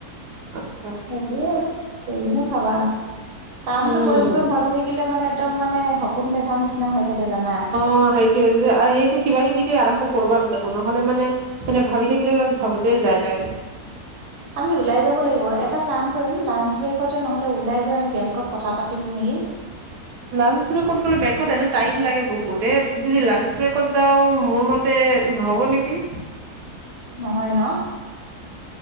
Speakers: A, on the right (about 85°); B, on the right (about 50°).
A: আচ্ছা
B: সেইবোৰে আৰু কিনো খাবা। কামটো
A: উম
B: কৰিম কৰিম ভাবি থাকিলে মানে একদম মানে সপোন দেখা নিচিনা হৈ থাকে জানা।
A: অ, সেইটোয়ে যে সেইটো কিবা, কিবিকে আৰম্ভ কৰিব লাগিব নহলে মানে মানে ভাবি থাকিলে বাছ ভাবোতে যায় টাইম।
B: আমি ওলাই যাব লাগিব এটা কাম কৰিম লাঞ্চ ব্ৰেকতে নহ'লে ওলাই গৈ আমি বেংকত কথা পাতিম নেকি।
A: লাঞ্চ ব্ৰেকত গ'লে বেংকত এনে টাইম লাগে বহুত এ যদি লাঞ্চ ব্ৰেকত যাও মোৰ মতে তে হ'ব নেকি।
B: নহয় ন।